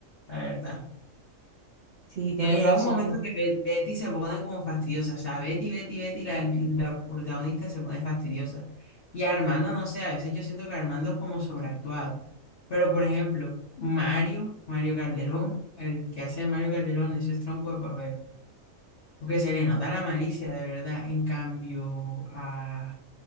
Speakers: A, on the left; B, on the right.
A: la verdad.
B: Sí, tienes
A: Porque llega
B: razón.
A: un momento que Bet- Betty se pone como fastidiosa. O sea, Betty, Betty, Betty, la, la protagonista se pone fastidiosa. Y Armando, no sé, a veces yo siento que Armando es como sobreactuado. Pero, por ejemplo, Mario, Mario Calderón, el que hace Mario Calderón, eso es tronco de papel. Porque se le nota la malicia, de verdad. En cambio, a